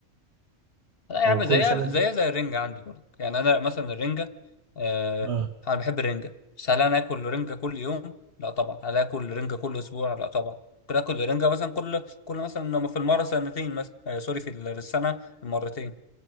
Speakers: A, on the left; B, on the right.
A: لا يا
B: هو
A: عم
B: كل
A: زيها
B: سنة دي
A: زيها زي الرنجة عندي برضه يعني أنا مثلا الرنجة آه
B: اه
A: أنا بحب الرنجة بس هل أنا آكل رنجة كل يوم؟ لا طبعا هل آكل رنجة كل أسبوع؟ لا طبعا ممكن آكل رنجة مثلا كل كل مثلا لما في المرة سنتين مثلا آه سوري في ال- في السنة مرتين